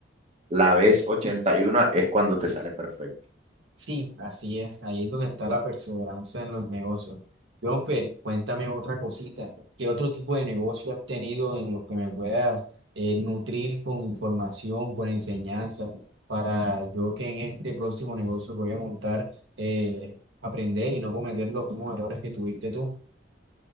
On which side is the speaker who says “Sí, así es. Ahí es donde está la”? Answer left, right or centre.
Right